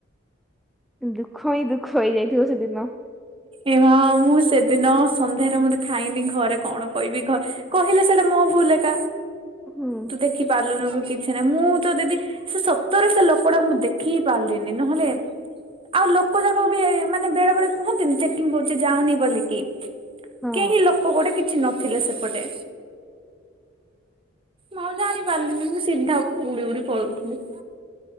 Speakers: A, in the centre; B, on the right.
A: ଦୁଃଖ ହିଁ ଦୁଃଖ ହେଇଯାଇଥିବ ସେଦିନ?
B: ଏ ମା ମୁଁ ସେଦିନ ସନ୍ଧ୍ୟାରେ ମତେ ଖାଇନି ଘରେ କଣ କହିବି ଘ କହିଲେ ସେଇଟା ମୋ ଭୁଲ ଏକା।
A: ହୁଁ।
B: ତୁ ଦେଖି ପାରିଲୁନୁ କିଛି ନାଇଁ ମୁଁ ତ ଦିଦି ସେ ସତରେ ସେ ଲୋକଟା ମୁଁ ଦେଖି ହିଁ ପାରିଲିନି ନହେଲେ ଆଉ ଲୋକ ଯାକ ବି ଏ ମାନେ ବେଳେ ବେଳେ କୁହନ୍ତିନି ଚେକିଂ ହଉଛି ଯାଉନି ବୋଲିକି
A: ହଁ
B: କେହି ଲୋକ ଗୋଟେ କିଛି ନଥିଲେ ସେ ପଟେ। ମୁଁ ଆଉ ଜାଣି ପାରିଲିନି ମୁଁ ସିଧା ଉଡି ଉଡି ପଳଉଥିଲି।